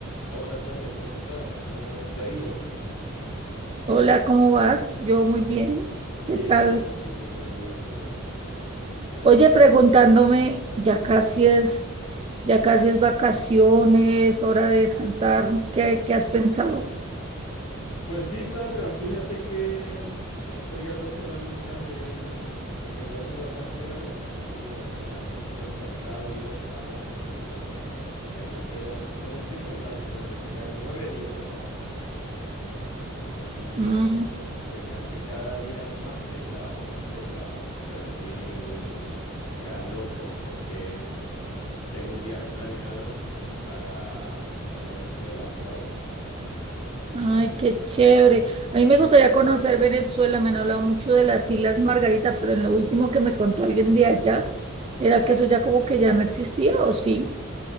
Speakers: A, on the left; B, on the right.
A: Hola Sandra, ¿cómo estás? ¿Cómo te ha ido?
B: Hola, ¿cómo vas? Yo muy bien.
A: Bien,
B: ¿Qué tal?
A: bien, gracias a Dios, bien, bien.
B: Oye, preguntándome, ya casi es, ya casi es vacaciones, hora de descansar. ¿Qué, qué has pensado?
A: Pues sí, Sandra, fíjate que ya estoy a dos semanitas de, de que me den mis vacaciones y wow, se me hace súper pesado ir a, of- a la oficina. Ya me quedan, los estoy contando todos los días, me quedan nueve días de trabajo y
B: Mm,
A: ya s- se me hacen cada día más pesado, más pesado, pero sí, muy ya loco porque tengo un viaje planeado para, para Venezuela, ¿sabes?
B: ay, qué chévere.
A: Voy.
B: A mí me gustaría conocer Venezuela. Me han hablado mucho de las Islas Margarita, pero en lo último que me contó alguien de allá, era que eso ya como que ya no existía, ¿o sí?